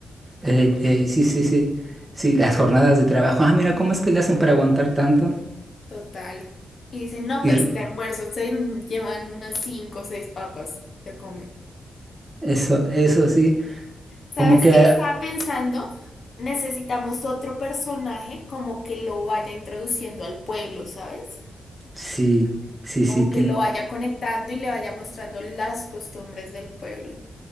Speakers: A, on the right; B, on the left.
A: Ey, ey, sí, sí, sí. Sí, las jornadas de trabajo. Ah, mira, ¿cómo es que le hacen para aguantar tanto?
B: Total. Y dicen, no,
A: Y
B: pues
A: re-
B: de almuerzo se llevan unas cinco o seis papas, se comen.
A: eso, eso sí.
B: ¿Sabes
A: Como que
B: qué estaba pensando? Necesitamos otro personaje como que lo vaya introduciendo al pueblo, ¿sabes?
A: Sí, sí,
B: Como
A: sí, ti-
B: que lo vaya conectando y le vaya mostrando las costumbres del pueblo.